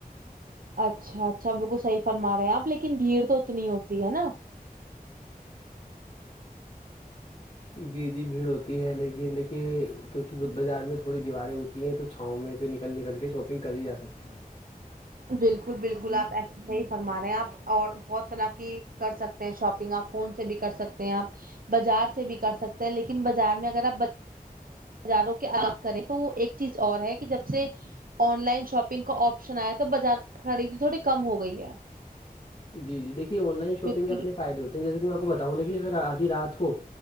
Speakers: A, on the right; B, on the left.
A: اچھا اچھا بالکل صحیح فرما رہے ہیں آپ لیکن بھیڑ تو اتنی ہوتی ہے نا
B: جیدی بھیڑ ہوتی ہے لیکن دیکھیے کیونکہ بدھ بازار میں تھڑی دیواریں ہوتی ہیں تو چھاؤں میں سے نکل نکل کے شاپنگ کری جا سکتی ہے
A: بالکل بالکل آپ ایسا صحی فرما رہے ہیں آپ اور بہت طرح کی کر سکتے ہیں شاپنگ آپ فون سے بھی کر سکتے ہیں آپ بازار سے بھی کر سکتے لیکن بازار میں اگر آ ہزاروں کے الگ کریں تو ایک چیز اور ہے کہ جب سے آن لائن شاپنگ کا آپشن آیا تو بازار خریدی تھوڑی کم ہو گئی ہے
B: جی جی دیکے آن لائن شاپنگ
A: کیونکہ
B: کے اپنے فائدے ہوتے ہیں جیسے کہ میں آ کو بتاؤں دا کہ اگر آدھی رات کو